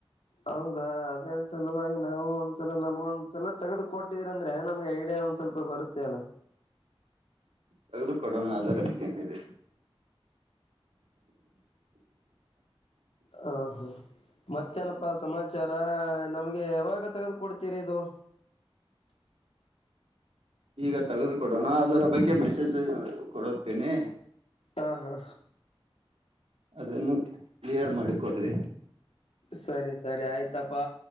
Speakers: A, on the left (about 80°); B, on the right (about 80°).
A: ಹೌದಾ ಅದೇ ಸಲುವಾಗಿ ನಾವು ಒಂದ್ಸಲ ನಮ್ಗ್ ಒಂದ್ಸಲ ತೆಗೆದು ಕೊಟ್ಟಿದೀರಂದ್ರೆ ನಮಗ್ ಐಡಿಯಾ ಒಂದ್ ಸ್ವಲ್ಪ ಬರುತ್ತೆ ಅಲ್ಲ.
B: ತೆಗೆದು ಕೊಡೋಣ ಅದರಲ್ಲೇನಿದೆ.
A: ಹೌದು. ಮತ್ತೇನಪ್ಪಾ ಸಮಾಚಾರ ನಮ್ಗೆ ಯಾವಾಗ ತೆಗೆದು ಕೊಡ್ತೀರಿ ಇದು. <inaudible>
B: ಈಗ ತೆಗೆದುಕೊಡೋಣ ಅದರ ಬಗ್ಗೆ ಮೆಸೇಜ್ ಕೊಡುತ್ತೇನೆ
A: ಹಾ ಹಾ
B: ಅದನ್ನು ಕ್ಲಿಯರ್ ಮಾಡಿಕೊಳ್ಳಿ
A: ಸರಿ ಸರಿ ಆಯ್ತಪ್ಪಾ